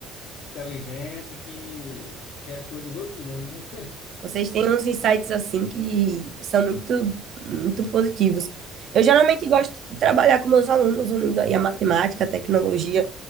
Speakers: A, on the left; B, on the right.
A: inteligente que, quer coisa do outro mundo, né?
B: Vocês têm uns insights assim que são muito, muito positivos. Eu geralmente gosto de trabalhar com meus alunos, unindo aí a matemática, a tecnologia.